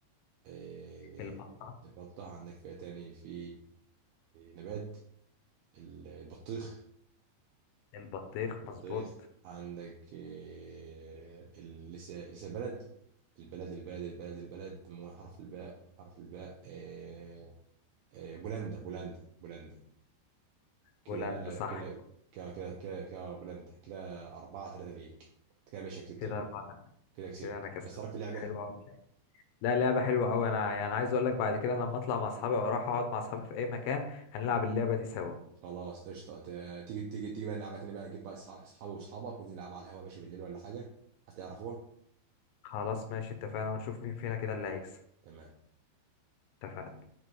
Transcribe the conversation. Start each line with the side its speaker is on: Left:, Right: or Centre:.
Right: آه،
Left: البطة
Right: البطة عندك فيها تاني في نبات ال- البطيخ
Left: البطيخ مظبوط
Right: بطيخ عندك آه، ال- لسه لسه بلد البلد البلد البلد البلد مو حرف الباء حرف الباء آه، آه، بولندا بولندا بولندا كده
Left: بولند صح
Right: كده كده كده كده كده بولندا كده أربعة تلاتة ليك كده يا باشا كسبت
Left: كده
Right: يا باشا
Left: أربعة تلاتة
Right: كده كسبت
Left: كده أنا كسبت
Right: بس رأيك في اللعبة
Left: حلو أوي لا لعبة حلوة أوي أنا يعني عايز أقول لك بعد كده لما أطلع مع أصحابي أو أروح أقعد مع أصحابي في أي مكان هنلعب اللعبة دي سوا
Right: خلاص قشطة ت- تيجي تيجي تيجي بقى نلعبها تاني بقى نجيب بقى أصحابي وأصحابك وننزل نلعب على القهوة يا باشا بالليل ولا حاجة هتعرفوها
Left: خلاص ماشي اتفقنا ونشوف مين فينا كده اللي هيكسب
Right: تمام
Left: اتفقنا